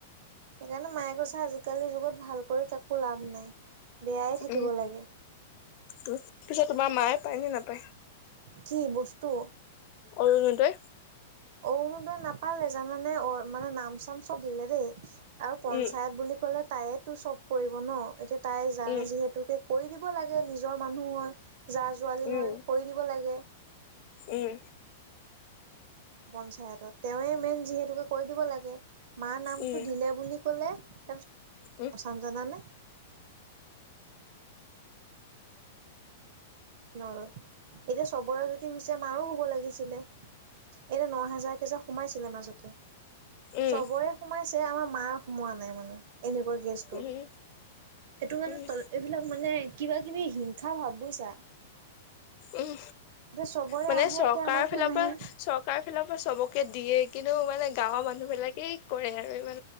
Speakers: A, on the right (about 50°); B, on the left (about 40°).
A: সেইকাৰণে মায়ে কৈছে আজিকালিৰ যুগত ভাল কৰি কাকো লাভ নাই। বেয়াই থাকিব
B: উম,
A: লাগে
B: পিছেত তোমাৰ মায়ে পায় নে নাপায়।
A: কি বস্তু?
B: অৰুণোদয়।
A: অৰুনোদয় নাপালে জানানে অ মানে নাম চাম চব দিলে দেই। আৰু পঞ্চায়ত
B: উম
A: বুলি ক'লে তাইয়েতো চব কৰিব ন এতিয়া তাই জানে
B: উম
A: যিহেতুকে কৰি দিব লাগে নিজৰ মানুহ হয় যা ছোৱালি
B: উম
A: হয় কৰি দিব লাগে।
B: উম,
A: পঞ্চায়তত তেওঁৱে মেইন যিহেতুকে কৰি দিব লাগে মাৰ নামতটো
B: উম
A: দিলে বুলি খলে তাৰপিছতচান
B: উম উম
A: জানে নলয় এতিয়া চবৰে যদি হৈছে মাৰো হব লাগিছিলে। এতিয়া ন হাজাৰ কেইজ সোমাইছিলে মাজতে
B: উম
A: চবৰে সোমাইছি। মানে আমাৰ মাৰ সোমোৱা নাই মানে। এনেকুৱা গেছটো
B: উম
A: এইটো মানে
B: উম
A: তল এইবিলাক মানে। কিবা কিবি হিংসা ভাব বুজিছা।
B: উম।
A: চবৰে
B: মানে
A: আহে
B: চৰকাৰ
A: এতিয়া আমাৰ কিয়
B: ফালৰ
A: নাহে।
B: পৰা চৰকাৰ ফালৰ পৰা চবকে দিয়ে। কিন্তু মানে গাঁৱৰ মানুহ বিলাকেই কৰে আৰু এইবিলাক।